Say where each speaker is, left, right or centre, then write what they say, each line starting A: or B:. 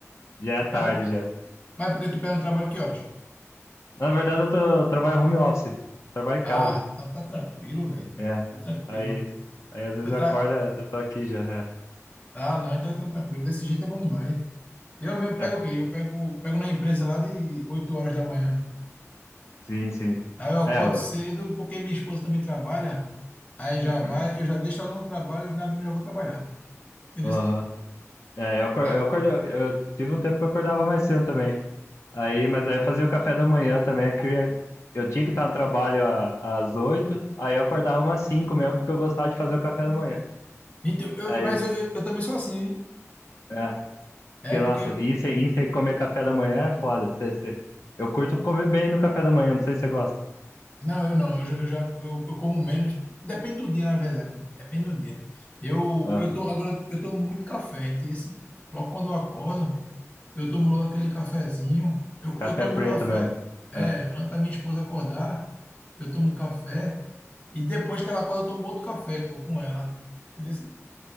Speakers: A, on the left (about 65°); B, on the left (about 30°).
A: Já é tarde
B: Mas por,
A: já.
B: Mas porque tu pega um trabalho que horas?
A: Na verdade, eu, tô, eu trabalho home office. Trabalho em casa.
B: Ah, então tá tranquilo, velho.
A: É.
B: Tá tranquilo.
A: Aí, aí às vezes
B: Eu
A: acorda,
B: tra...
A: eu tô aqui já.
B: Ah, não, então tá tranquilo. Desse jeito é bom demais. Eu mesmo
A: É,
B: pego
A: é
B: o quê? Eu pego, pego na empresa lá de 8 horas da manhã.
A: sim, sim.
B: Aí eu acordo
A: É, eu,
B: cedo porque minha esposa também trabalha. Aí já
A: <clears throat>
B: vai, eu já deixo ela no trabalho e lá mesmo já vou trabalhar. Entendeu?
A: Aham. É, eu, acor-
B: Ah,
A: eu, acordo, eu tive um tempo que eu acordava mais cedo também. Aí, mas aí eu fazia o café da manhã também. Eu, queria- eu tinha que estar no trabalho a- às oito, aí eu acordava umas cinco mesmo, porque eu gostava de fazer o café da manhã.
B: então, eu-
A: Aí,
B: mas eu, eu, eu também sou assim, hein?
A: é,
B: É
A: porque,
B: porque
A: nossa, ir sem, ir sem comer café da manhã é foda. Cê, cê- eu curto comer bem no café da manhã, não sei se você gosta.
B: Não, eu não. Eu já, eu, já- eu- eu como menos. Depende do dia, na verdade. Depende do dia. Eu,
A: Aham.
B: eu tô, agora eu tomo muito café. entendeu? Assim, Logo quando eu acordo, eu tomo logo aquele cafezinho. Eu,
A: Café
B: eu tomo
A: preto
B: meu café.
A: mesmo.
B: É,
A: É,
B: antes da minha esposa acordar, eu tomo café. E depois que ela acorda, eu tomo outro café, pô, com ela. Entendeu? assim?